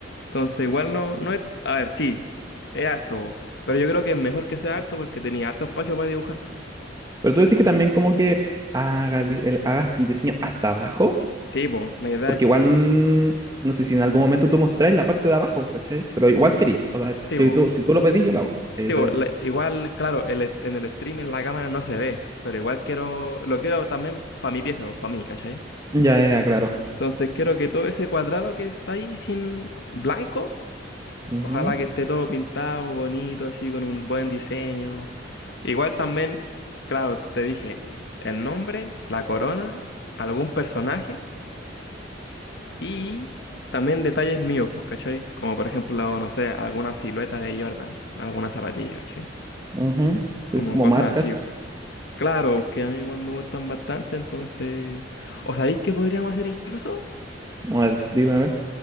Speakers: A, on the left; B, on the right.
A: Entonces, igual no, no es, a ver, sí, es harto, pero yo creo que es mejor que sea harto porque tenía harto espacio para dibujar, po.
B: Pero tú decís que también como que hagas, di- el- hagas el diseño hasta abajo.
A: Sí, po, la idea
B: Porque
A: es
B: igual,
A: que,
B: no sé si en algún momento tú mostráis la parte de abajo, ¿cachai? Pero igual querí. O sea,
A: sí,
B: si
A: po,
B: tú, si tú lo pedís, yo lo hago, ¿cachai?
A: sí,
B: Ese-
A: po, la- igual, claro, el, est- en el stream en la cámara no se ve, pero igual quiero, lo quiero también para mi pieza, para mí, ¿cachai?
B: Ya, ya, claro.
A: Entonces quiero que todo ese cuadrado que está ahí sin blanco,
B: Ujú,
A: ojalá que esté todo pintado, bonito, así, con un buen diseño. Igual también, claro, te dije, el nombre, la corona, algún personaje. Y también detalles míos, pues, ¿cachai? Como por ejemplo, no sé, alguna silueta de Jordan, alguna zapatilla, ¿cachai?
B: ujú.
A: Como
B: Entonces, como
A: cosas
B: marcas,
A: así, po. Claro, que a mí igual me gustan bastante, entonces... ¿O sabéis qué podríamos hacer incluso?
B: a ver, dime a ver.